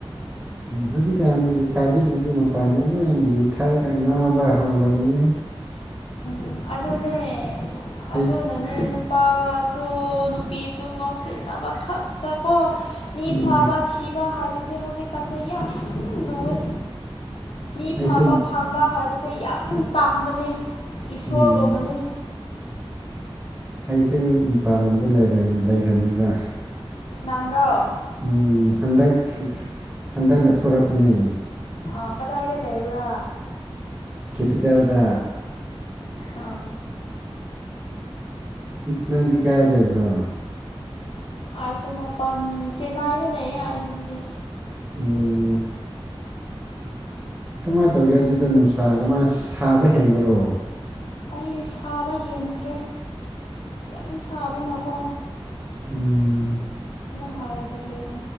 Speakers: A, on the right; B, on the left.
A: ꯍꯧꯖꯤꯛꯀꯥꯟ ꯂꯩꯁꯥꯕꯤꯁꯤꯡꯁꯨ ꯃꯄꯥꯟꯗ ꯂꯣꯏꯅ ꯌꯨ ꯊꯥꯔꯒ ꯉꯥꯎꯕ ꯍꯧꯔꯕꯅꯤ
B: ꯎ ꯑꯗꯨꯅꯦ ꯑꯗꯨꯅꯅꯦ
A: ꯑꯩ
B: ꯅꯨꯄꯥꯁꯨ ꯅꯨꯄꯤꯁꯨ ꯉꯥꯎꯁꯤꯟꯅꯕ ꯈꯛꯇꯀꯣ ꯃꯤ
A: ꯎꯝ
B: ꯐꯥꯕ ꯊꯤꯕ ꯍꯥꯏꯕꯁꯦ ꯍꯧꯖꯤꯛꯀꯥꯟꯁꯦ ꯌꯥꯝ ꯂꯨꯏ ꯃꯤ
A: ꯑꯩꯁꯨ
B: ꯐꯕ ꯐꯥꯡꯕ ꯍꯥꯏꯕꯁꯦ ꯌꯥꯝ ꯇꯥꯡꯕꯅꯦ ꯏꯁꯣꯔꯒꯨꯝꯕꯅꯤ
A: ꯎꯝ ꯑꯩꯁꯨ ꯃꯄꯥꯟ ꯂꯝꯗ ꯂꯩꯔꯝꯃꯤꯕ
B: ꯅꯪ꯭ꯔꯣ
A: ꯎꯝ ꯍꯟꯗꯛ ꯍꯟꯗꯛꯅ ꯊꯣꯔꯛꯄꯅꯦ
B: ꯑꯥ ꯀꯗꯥꯏꯗ ꯂꯩꯕ꯭ꯔꯥ
A: ꯀꯦꯄꯤꯆꯦꯜꯗ
B: ꯑꯥ
A: ꯅꯪꯗꯤ ꯀꯥꯏ ꯂꯩꯕ꯭ꯔꯣ
B: ꯑ ꯁꯣꯃꯄꯥꯟ ꯆꯅꯏꯗ ꯂꯩꯦ ꯍꯥꯏꯗꯤ
A: ꯎꯝ ꯀꯃꯥꯏꯅ ꯇꯧꯒꯦ ꯑꯗꯨꯗ ꯅꯨꯡꯁꯥ ꯀꯃꯥꯏꯅ ꯁꯥꯕ ꯍꯦꯟꯕꯔꯣ
B: ꯑꯩ ꯁꯥꯕ ꯍꯦꯟꯈ꯭ꯔꯦ ꯌꯥꯝ ꯁꯥꯕꯅꯀꯣ
A: ꯎꯝ
B: ꯍꯕꯗꯨꯅꯤ